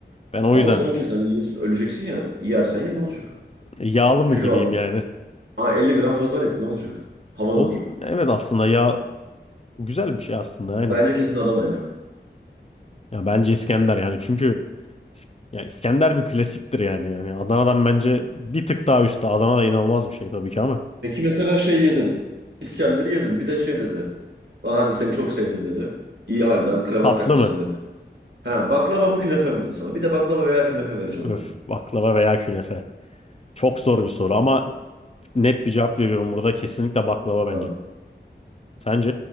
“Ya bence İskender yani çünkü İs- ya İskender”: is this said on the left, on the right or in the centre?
Left